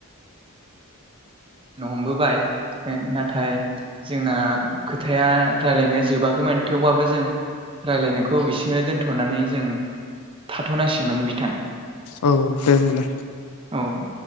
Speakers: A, on the right; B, on the left.
A: नो हमबोबाय नाथाय जोंना खोथाया रायलायनाया जोबाखैमोन थेवबबो जों रायलायनायखौ खौ बिसिनो दोनथ'नानै जों थाथ'नांसिगन माने बिथां।
B: औ। दे होमबालाय।
A: औ।